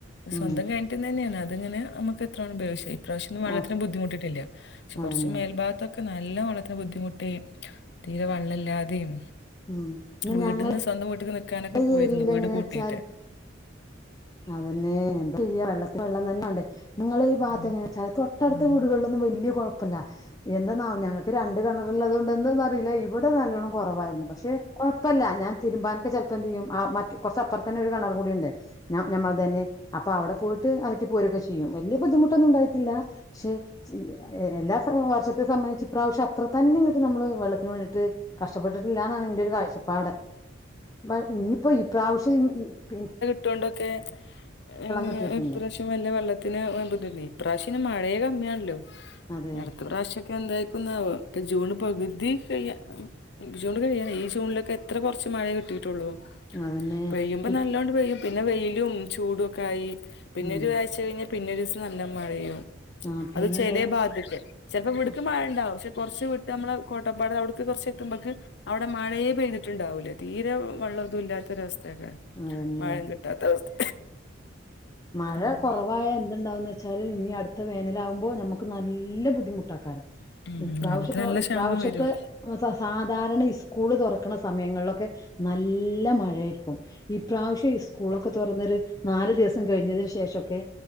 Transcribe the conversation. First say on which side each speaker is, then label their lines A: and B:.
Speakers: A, on the left; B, on the left.
A: സ്വന്തംകെൺറ്റിന്നെണ്.
B: ഉം
A: അത്ങ്ങനെ നമക്ക് എത്രോണം ഉപയക്ഷും.. ഇപ്രാവശ്യന്നും വളളത്തിന്
B: ആഹ്
A: ബുദ്ധിമുട്ടിട്ടില്ല പഷേ
B: അതന്നെ
A: കൊറച്ച് മേൽഭാ ക്കെ നല്ല വള്ളത്തിന് ബുദ്ധിമുട്ടിം തീരെ വള്ളല്ലാതിം..
B: ഉം എന്നാ
A: വീട്ടിന്ന്
B: ഞങ്ങള
A: സ്വന്തം വീട്ടിക് നിക്കാനൊക്കെ
B: ഈ
A: പോയിരുന്നു
B: ഏരിയൽ
A: വീട്
B: എങ്ങനെ
A: പൂട്ടിയിട്ട്.
B: വെച്ചാൽ അതന്നെ എന്താ ചെയ്യ. വെള്ളത്തിന് വെള്ളം തന്നെ വണ്ടേ നിങ്ങളെ ഈ ഭാത്ത്
A: ഉം.
B: എങ്ങനെച്ചാൽ. തൊട്ടടുത്ത
A: ആഹ്
B: വീടുകളോന്നും വല്ല്യകൊഴ് പ്പല്ല. എന്തന്നാവൊ ഞങ്ങക്ക് രണ്ട് കെണറള്ളതൊണ്ട് ന്നറിയില. ഇവിടെ നല്ലോണം.. കുറവായിരുന്നു പഷേ കൊഴപ്പല്ല. ഞാൻ തിരുമ്പാനൊക്കെ ചെലപ്പോ. എന്ത്യ്യും. ആ മറ്റ്. കൊറച്ചപ്പൊറതന്നെ ഒരു കെണർ കൂടിണ്ട്.. നാ ഞമ്മളത ന്നെ അപ്പൊ അവടെ പോയിട്ട്. അലക്കി പോരൊക്കെ ചെയ്യും. വല്ല്യ ബുദ്ധിമുട്ടൊന്നുണ്ടായിട്ടില്ല.. പഷേ സില്ല. എല്ലാ വർഷത്തെ സംബന്തിച്ച്. ഇപ്രാവശ്യം അത്ര തന്നെ നമ്മള് വെള്ളത്തിന് വേട്ട് കഷ്ടപ്പെട്ടിട്ടില്ലന്നാണ് ന്റെറെരു കാഴ്ചപ്പാട്.. പ്പ ഇഞ്ഞിപ്പോ ഇപ്രാവശ്യം ഇഞ് പിൻ
A: ട്ടൊണ്ടോകെ ഞ്ഞ്
B: കിട്ടിയിട്ടുണ്ട്
A: ഇപ്രാശ്യ വല്ല്യ വെള്ളത്തിന് ബുദുല്ലേ ഇപ്രാശ്യന്നെ മഴേ കമ്മിയൺല്ലോ
B: അതെ
A: അടുത്ത പ്രാശ്യം എന്തായിക്കുന്നാവൊ ഇപ്പൊ ജൂണ് പകുതി കെയ്യ ജുണ്ട് കഴിയാനായി. ഈ ജൂൺലൊക്കെ എത്ര കൊറച്ച് മഴ കിട്ടിയിട്ടൊള്ളൂ.
B: അതന്നെ
A: പെയ്യുമ്പോ
B: പി
A: നല്ലോണ്ട് പെയ്യും പിന്നെ വെയിലും ചൂടും ഒക്കെയി. പിന്നെ
B: ഉം
A: ഒരുഴചഴിഞ്ഞാ. പിന്നെ ഒരുസം നല്ല മഴയും..
B: ആ പിന്നെന്താന്ന്
A: അത് ചെലേ ബാത്ത്ക്. ചെലപ്പോ ഇവിടുക്ക്
B: ആ
A: മഴണ്ടാവും. പഷേ കുറച്ച് വിട്ട് നമ്മളെ. കോട്ടപ്പാട് അവു ടുക്ക് കൊറച്ച് എത്തുമ്പക്ക് അവിടെ മഴേ പെയ്തി ട്ട്ണ്ടാവൂലേ. തീരെ വള്ളതോന്നും. ഇല്ലാത്തൊരവസ്ഥക്കരം.
B: അതന്നെ
A: മഴ കിട്ടാത്ത അവസ്ഥ..
B: മഴ
A: ഉം
B: കൊറവായ എന്ത്ണ്ടാവുന്ന് വെച്ച്. ച്ചാല് ഇനി അടുത്ത വേനലാവുമ്പോ ഞമ്മക്ക് നല്ല ബുദ്ധിമുട്ടാക്കാരം
A: ഉം
B: ഇപ്രാവശ്യപ്പൊ
A: വെള്ളത്തിന് നല്ല
B: ഇപ്രാവശ്യത്തെ
A: ക്ഷാമം വരും
B: സ സാധാരണ ഇസ്കൂള് തുറക്കണ സമയങ്ങളിലൊക്കെ നല്ല മഴയായിരിക്കു ഇപ്രാവശ്യം ഇസ്കൂളൊക്കെ തുറന്നൊരു നാല് ദിവസ സം കഴിഞ്ഞതിന് ശേഷൊക്കെ